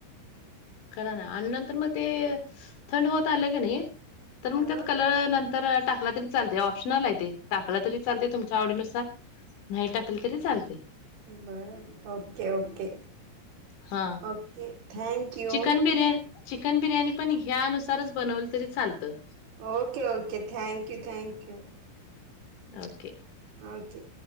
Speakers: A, on the left; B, on the right.
A: करा ना आणि नंतर मग ते थंड होत आले का नाही तर मग
B: हां
A: त्यात कलर नंतर. टाकला तरी चालतंय ऑप्शनल आहे ते टाकला तरी चालतय तुमच्या आवडीनुसार नाही टाकले तरी चालतय.
B: बरं ओके, ओके,
A: हा
B: okay thank you.
A: Chicken biryani chicken biryani पण ह्या नुसारच बनवलं तरी चालतं.
B: Okay, okay thank you, thank you.
A: Okay.
B: हा ओके.